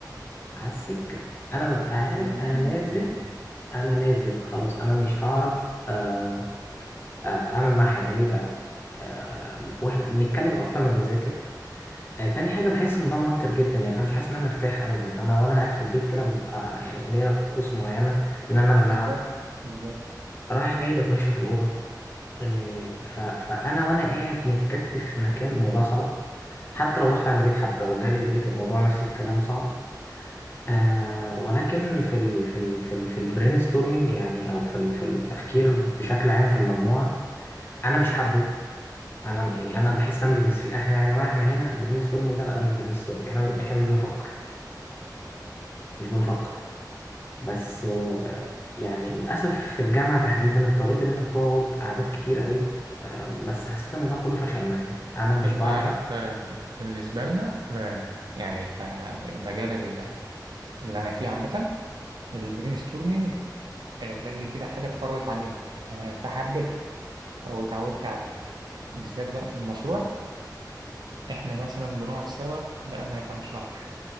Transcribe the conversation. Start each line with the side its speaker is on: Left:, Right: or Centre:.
Left: على السكة أنا ببقى عارف
Right: م-
Left: أنا
Right: م-
Left: نازل
Right: م.
Left: أنا نازل خلاص أنا مش هعرف آه، آه، أعمل معاه حاجة ليه بقى؟ آه، وإحنا بنتكلم أكتر ما بنذاكر آه، تاني حاجة بحس الموضوع موتر جدا يعني أنا مش حاسس إن أنا مرتاح أبدا أنا وأنا قاعد في البيت كده ببقى يعني ليا طقوس معينة من إن أنا بزعق
Right: بالظبط بالظبط
Left: رايح جاي بتمشى في الأوضة إيه، ف... فأنا وأنا قاعد متكتف في مكان الموضوع صعب حتى لو رحت عند بيت حد أو جالي البيت الموضوع نفس الكلام صعب آه ولكن في ال... في ال... في ال... في البرين ستورمينج يعني أو في ال... في التفكير بشكل عام في المجموعة أنا مش حابه أنا يعني أنا بحس إن أنا مش بنستفيد إحنا يا جماعة إحنا هنا برين ستورمينج ده لا ده مش برين ستورمينج إحنا إحنا مش بنفكر مش بنفكر بس آه يعني للأسف في الجامعة تحديدا اضطريت إن أنت تقعد قعدات كتير قوي بس حسيت ان الموضوع كله فشل معايا انا مش
Right: انت
Left: بعرف
Right: عارف
Left: اقنع
Right: آه، بالنسبه لنا آه، يعني كمجال ال- اللي انا فيه عامه البرين ستورمنج آه، زي كده حاجة اتفرضت علينا آه، فحبيتها واتعودت عليها بالذات بقى في المشروع احنا مثلا بنقعد سوا بقالنا كام شهر